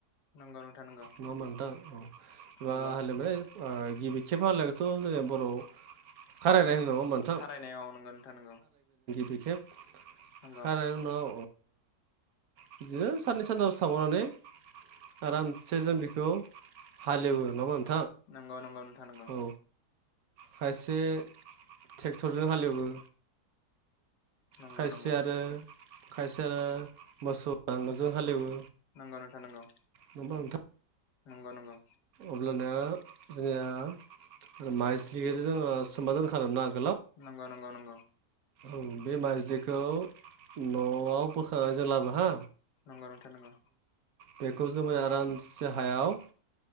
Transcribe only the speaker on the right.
नङा होमबा नोंथां होमबा
हालेवनाय ओ गिबि खेब हालेवनायखौथ' जोङो बर'आव खारायनाय होनो होमबा नोंथां
बिखेब
खारायनाय उनाव बिदिनो साननै सानथामसो थाबावनानै आरामसे जों बेखौ हालेवो नङा होमबा नोंथां?
औ खायसे ट्रेक्टरजों हालेवो
खायसे
आरो खायसे आरो मोसौ नांगोलजों हालेवो।
होमबा नोंथां
अब्लाना जोंनिया माइज्लिखौथ' जोङो सोमना दोनखादोंमोनना
औ बे माइज्लिखौ न'आव बोखांनानै जों लाबो हा
बेखौ जोमाय आरामसे हायाव